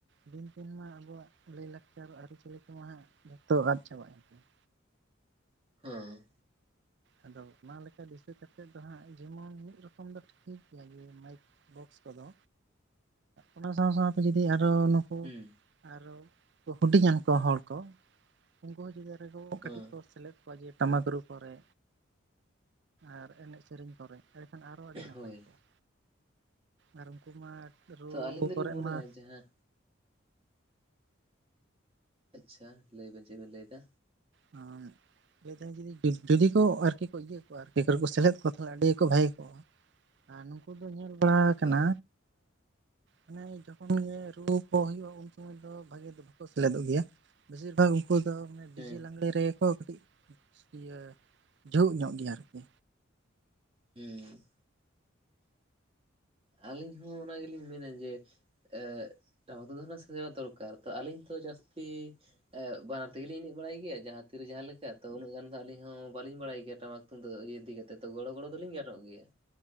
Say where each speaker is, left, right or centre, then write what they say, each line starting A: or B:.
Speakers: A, on the right; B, on the right.
A: ᱫᱤᱱ ᱫᱤᱱᱢᱟ ᱟᱵᱚᱣᱟᱜ ᱞᱟᱹᱭ ᱞᱟᱠᱪᱟᱨ ᱟᱹᱨᱤᱪᱟᱹᱞᱤ ᱠᱚᱢᱟ ᱦᱟᱸᱜ ᱡᱚᱛᱚ ᱟᱫ ᱪᱟᱵᱟᱜᱼᱟ ᱮᱱᱛᱮ ᱾
B: ᱦᱮᱸ ᱾
A: ᱟᱫᱚ ᱚᱱᱟ ᱞᱮᱠᱟ ᱫᱤᱥᱟᱹ ᱠᱟᱛᱮᱫ ᱫᱚ ᱦᱟᱸᱜ ᱡᱮᱢᱚᱱ ᱢᱤᱫ ᱨᱚᱠᱚᱢ ᱫᱚ ᱴᱷᱤᱠ ᱚᱱᱟ ᱜᱮ ᱢᱟᱭᱤᱠ ᱵᱚᱠᱥ ᱠᱚᱫᱚ ᱚᱱᱟ ᱥᱟᱶ ᱥᱟᱶᱛᱮ ᱡᱩᱫᱤ ᱟᱨᱚᱼᱼ ᱚᱷ
B: ᱦᱩᱸ
A: ᱟᱨᱚ ᱦᱩᱰᱤᱧᱟᱱ ᱠᱚᱣᱟ ᱦᱚᱲ ᱠᱚ ᱩᱱᱠᱩ ᱦᱚᱸ ᱡᱩᱫᱤᱼᱼ ᱩᱱᱠᱩ ᱠᱚ
B: ᱦᱮᱸ
A: ᱠᱟᱹᱴᱤᱡ ᱠᱚ ᱥᱮᱞᱮᱫ ᱠᱚᱣᱟ ᱡᱮ ᱴᱟᱢᱟᱠ ᱨᱩ ᱠᱚᱨᱮᱼᱼ ᱟᱨ ᱮᱱᱮᱡ ᱥᱮᱨᱮᱧ ᱠᱚᱨᱮᱜ ᱮᱸ ᱮᱠᱷᱟᱱ ᱟᱨᱚ ᱟᱹᱰᱤ ᱱᱟᱯᱟᱭ
B: ᱦᱳᱭ
A: ᱠᱚᱜᱼᱟ᱾ ᱟᱨ ᱩᱱᱠᱩ ᱢᱟ ᱨᱩ
B: ᱛᱚ ᱟᱹᱞᱤᱧ ᱫᱚᱞᱤᱧ
A: ᱠᱚᱨᱮᱜ
B: ᱢᱚᱱᱮᱭᱟ
A: ᱢᱟᱼᱼ
B: ᱡᱟᱦᱟᱸ ᱟᱪᱪᱷᱟ ᱞᱟᱹᱭ ᱵᱮᱱ ᱪᱮᱜ ᱵᱮᱱ ᱞᱟᱹᱭ ᱮᱫᱟ?
A: ᱦᱟᱸᱣᱩᱸᱜ ᱞᱟᱹᱭ ᱫᱟᱧ ᱡᱩᱫᱤ-ᱡᱩᱫᱤ ᱠᱚ ᱟᱨᱠᱤ ᱠᱚ ᱤᱭᱟᱹ ᱠᱚᱣᱟ ᱟᱨᱠᱤ ᱠᱚᱨᱮ ᱠᱚ ᱥᱮᱞᱮᱫ ᱠᱚᱣᱟ ᱛᱟᱦᱞᱮ ᱟᱹᱰᱤ ᱜᱮᱠᱚ ᱵᱷᱟᱜᱮ ᱠᱚᱜᱼᱟ᱾ ᱟᱨ ᱱᱩᱠᱩ ᱫᱚ ᱧᱮᱞ ᱵᱟᱲᱟ ᱟᱠᱟᱱᱟ᱾
B: ᱚ
A: ᱟᱻ ᱢᱟᱱᱮ ᱡᱚᱠᱷᱚᱱ ᱜᱮ ᱨᱩ ᱠᱚ ᱦᱩᱭᱩᱜᱼᱟ ᱩᱱ ᱥᱚᱢᱚᱭ ᱫᱚᱼᱼ ᱵᱷᱟᱜᱤ ᱫᱚ ᱵᱟᱠᱚ ᱥᱮᱞᱮᱫᱚᱜ ᱜᱮᱭᱟ ᱵᱮᱥᱤᱨ ᱵᱷᱟᱜᱽᱼᱼ ᱩᱱᱠᱩ ᱫᱚ ᱢᱟᱱᱮ ᱰᱤᱡᱮ
B: ᱦᱮᱸ
A: ᱞᱟᱜᱽᱲᱮ ᱨᱮᱜᱮ ᱠᱚ ᱠᱟᱹᱴᱤᱡ ᱤᱭᱟᱹ ᱡᱷᱳᱜ ᱧᱚᱜ ᱜᱮᱭᱟ ᱟᱨᱠᱤ᱾
B: ᱦᱩᱸᱻ ᱟᱞᱤᱧ ᱦᱚᱸ ᱚᱱᱟ ᱜᱮᱞᱤᱧ ᱢᱮᱱᱟ ᱡᱮᱼᱼ ᱮ ᱻᱜ ᱴᱟᱢᱟᱠ ᱨᱩ ᱫᱚ ᱦᱩᱱᱟ ᱥᱮᱲᱟ ᱫᱚᱨᱠᱟ᱾ᱛᱚ ᱟᱹᱞᱤᱧ ᱛᱚ ᱡᱟᱹᱥᱛᱤᱼᱼ ᱮᱜ ᱵᱟᱱᱟᱨ ᱛᱮᱜᱮ ᱞᱤᱧ ᱮᱱᱮᱡ ᱵᱟᱲᱟᱭ ᱜᱮᱭᱟ ᱡᱟᱦᱟᱸ ᱛᱤ ᱨᱮ ᱡᱟᱦᱟᱸᱞᱮᱠᱟ ᱛᱚ ᱩᱱᱟᱹᱜ ᱜᱟᱱ ᱫᱚ ᱟᱹᱞᱤᱧ ᱦᱚᱸ ᱵᱟᱹᱞᱤᱧ ᱵᱟᱲᱟᱭ ᱜᱮᱭᱟ ᱴᱟᱢᱟᱠᱼᱼ ᱛᱩᱝᱫᱟᱹ ᱤᱫᱤ ᱠᱟᱛᱮ ᱛᱚ ᱜᱚᱲᱚ - ᱜᱚᱲᱚ ᱫᱚ ᱞᱤᱧ ᱜᱟᱱᱚᱜ ᱜᱮᱭᱟ᱾